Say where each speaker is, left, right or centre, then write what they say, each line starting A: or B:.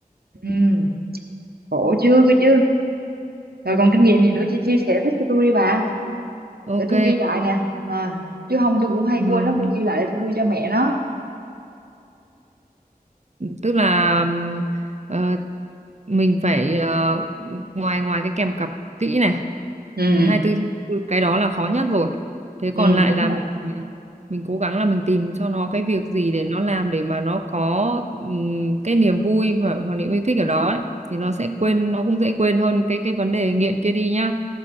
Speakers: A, on the right; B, on the right.
A: ừ. khổ chưa cơ chứ rồi còn kinh nghiệm gì nữa chị chia sẻ tiếp cho tôi đi bà
B: ok
A: để tôi ghi lại nè à, chứ không tôi cũng hay
B: ừ,
A: quên lắm tôi ghi lại để tôi đưa cho mẹ nó
B: tức là ừm, ờ, mình phải ờ, ngoài ngoài cái kèm cặp kỹ này
A: ừ
B: hai tư trên hai mươi tư, cái đó là khó nhất rồi thế
A: ừ
B: còn lại
A: đúng
B: là
A: rồi
B: mình ờ, mình cố gắng là mình tìm cho nó cái việc gì để nó làm để mà nó có ừm, cái niềm vui và hoặc niềm yêu thích ở đó ấy. thì nó sẽ quên nó cũng dễ quên hơn cái cái vấn đề nghiện kia đi nhá